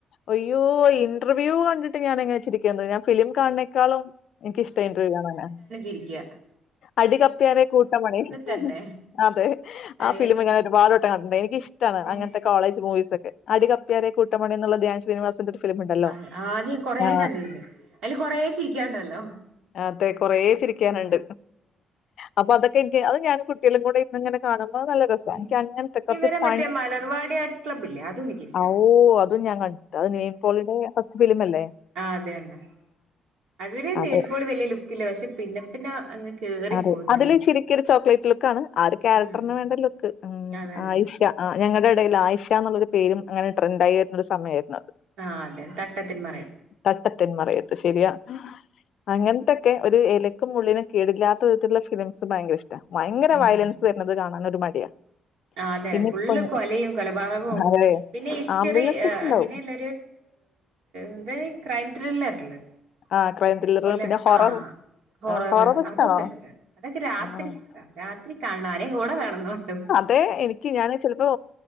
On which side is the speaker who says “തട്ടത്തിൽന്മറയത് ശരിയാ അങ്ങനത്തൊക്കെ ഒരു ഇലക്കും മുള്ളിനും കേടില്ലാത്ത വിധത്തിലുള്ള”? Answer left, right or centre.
Left